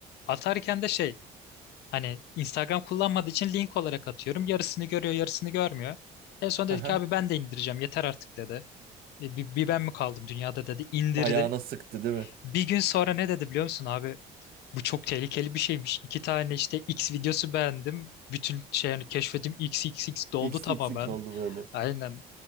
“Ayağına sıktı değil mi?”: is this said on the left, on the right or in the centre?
Right